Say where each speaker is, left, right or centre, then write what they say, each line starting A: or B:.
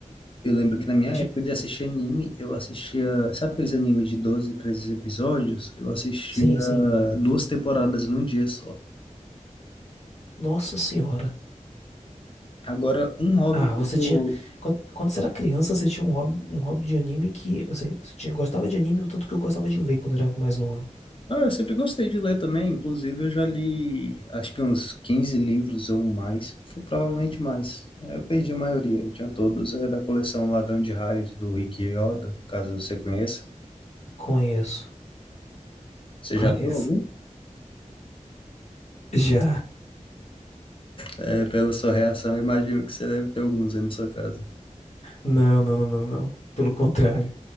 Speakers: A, on the left (about 40°); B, on the left (about 60°).
A: Eu lembro que na minha
B: de-
A: época de assistir anime, eu assistia. Sabe aqueles animes de 12 13 episódios? Eu assistia
B: Sim, sim.
A: duas temporadas num dia só.
B: Nossa senhora.
A: Agora, um hobby
B: Ah,
A: que
B: você
A: eu tô.
B: tinha. Quando, quando você era criança, você tinha um hobby, um hobby de anime que. Eu sei, você tinha, gostava de anime o tanto que eu gostava de ler quando era mais novo.
A: Ah, eu sempre gostei de ler também. Inclusive, eu já li acho que uns 15 livros ou mais. Foi provavelmente mais. Eu perdi a maioria, eu tinha todos. É da coleção Ladrão de Raios, do Rick Riordan, caso você conheça.
B: Conheço.
A: Você
B: <laughs> Conheço.
A: já leu algum?
B: Já.
A: É, pela sua reação, eu imagino que você deve ter alguns aí na sua casa.
B: Não, não, não, não, não. Pelo contrário.